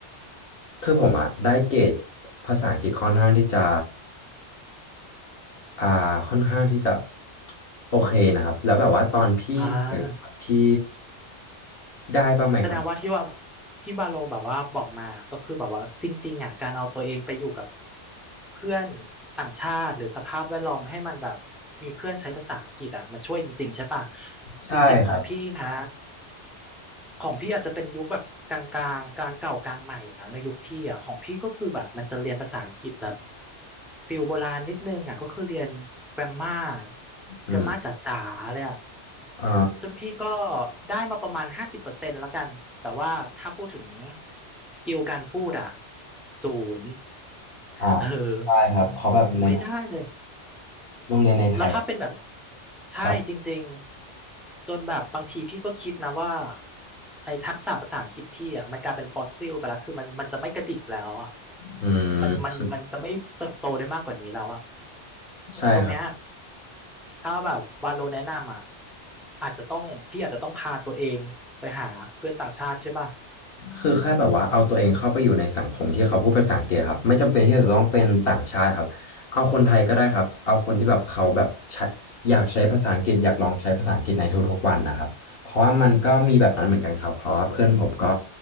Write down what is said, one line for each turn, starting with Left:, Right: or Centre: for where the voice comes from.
Left: คือผมอะได้เกรดภาษาอังกฤษค่อนข้างที่จะอ่าค่อนข้างที่จะโอเคนะครับแล้วแบบว่าตอนพี่เรียนอะพี่
Centre: ่า
Left: ได้บ้างไหมครับ
Centre: แสดงว่าที่ว่าที่บาโลแบบว่าบอกมาก็คือแบบว่าจริงๆอ่ะการเอาตัวเองไปอยู่กับเพื่อนต่างชาติหรือสภาพแวดล้อมให้มันแบบมีเพื่อนใช้ภาษาอังกฤษอ่ะมันช่วยจริงๆใช่ป่ะ
Left: ใช่ครับ
Centre: จริงๆของพี่นะ ของพี่อาจจะเป็นยุคแบบกลางกลางกลางเก่ากลางใหม่มั้งในยุคพี่อ่ะของพี่ก็คือแบบมันจะเรียนภาษาอังกฤษแบบฟิลโบราณนิดนึงอ่ะก็คือเรียนแกรมมา
Left: อืม
Centre: แกรมมาจ๋าๆเลยอ่ะ
Left: เอ่อ
Centre: ซึ่งพี่ก็ได้มาประมาณห้าสิบเปอร์เซ็นต์แล้วกันแต่ว่าถ้าพูดถึงสกิลการพูดอ่ะศูนย์
Left: อ่า
Centre: เออ
Left: ใช่ครับเพราะแบบใน
Centre: ไม่ได้เลย
Left: โรงเรียนในไทยอะ
Centre: แล้วถ้าเป็นแบบใช่จริง
Left: ครับ
Centre: ๆจนแบบบางทีพี่ก็คิดนะว่าไอ้ทักษะภาษาอังกฤษพี่อ่ะมันกลายเป็นฟอสซิลไปแล้วคือมันมันจะไม่กระดิกแล้วอ่ะ
Left: อืม
Centre: มันมันมันจะไม่เติบโตได้มากกว่านี้แล้วอ่ะ
Left: ใช่ครับ
Centre: ตรงเนี้ยถ้าแบบวาโลแนะนำอ่ะอาจจะต้องพี่อาจจะต้องพาตัวเองไปหาเพื่อนต่างชาติใช่ป่ะ
Left: คือแค่แบบว่าเอาตัวเองเข้าไปอยู่ในสังคมที่เขาพูดภาษาอังกฤษครับไม่จำเป็นที่จะต้องเป็นต่างชาติครับเอาคนไทยก็ได้ครับเอาคนที่แบบเขาแบบใช้อยากใช้ภาษาอังกฤษอยากลองใช้ภาษาอังกฤษในทุกๆวันนะครับเพราะว่ามันก็มีแบบนั้นเหมือนกันครับเพราะว่าเพื่อนผมก็